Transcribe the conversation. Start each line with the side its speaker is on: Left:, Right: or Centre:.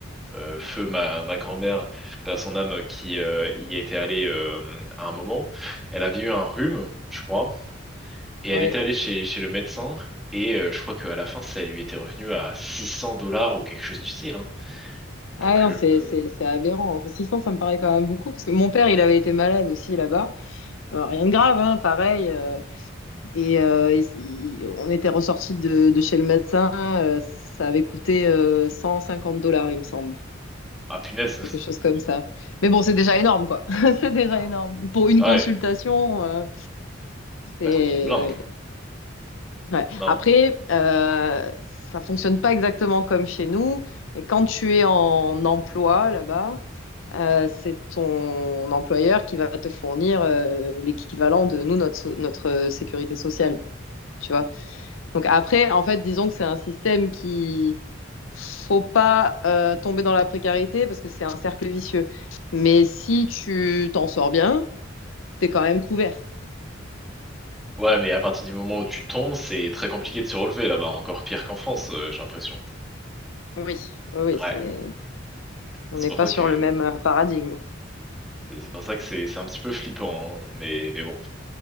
Centre: euh, feu ma, ma grand-mère, par son âme, qui euh, y était allée euh, à un moment. Elle avait eu un rhume, je crois, et
Left: oui.
Centre: elle était allée chez, chez le médecin. Et euh, je crois qu'à la fin, ça lui était revenu à 600 dollars ou quelque chose du style. hein.
Left: Ah
Centre: Donc,
Left: non,
Centre: euh,
Left: c'est
Centre: euh,
Left: c'est c'est aberrant. Enfin, 600 ça me paraît quand même beaucoup parce que mon père, il avait été malade aussi là-bas. Euh, rien de grave hein, pareil euh, Et euh, il- il- on était ressorti de, de chez le médecin, euh, ça avait coûté euh, 150 dollars, il me semble,
Centre: ah punaise.
Left: quelque chose comme ça. Mais bon, c'est déjà énorme, quoi. <laughs> C'est déjà
Centre: <laughs>
Left: énorme. Pour une
Centre: Bah
Left: consultation,
Centre: ouais,
Left: euh, c'est...
Centre: ça coûte une blinde.
Left: ouais. Ouais.
Centre: Non.
Left: Après, euh, ça fonctionne pas exactement comme chez nous. Et quand tu es en emploi là-bas, euh, c'est ton employeur qui va te fournir euh, l'équivalent de nous, notre, so- notre sécurité sociale, tu vois. Donc après, en fait, disons que c'est un système qui faut pas euh, tomber dans la précarité parce que c'est un cercle vicieux. Mais si tu t'en sors bien, t'es quand même couvert.
Centre: Ouais, mais à partir du moment où tu tombes, c'est très compliqué de se relever là-bas, encore pire qu'en France, euh, j'ai l'impression.
Left: Oui, oui, oui, c'est
Centre: Ouais.
Left: on
Centre: C'est
Left: n'est
Centre: pour
Left: pas
Centre: ça
Left: sur
Centre: que
Left: le même euh, paradigme.
Centre: c'est pour ça que c'est c'est un petit peu flippant, hein. Mais mais bon.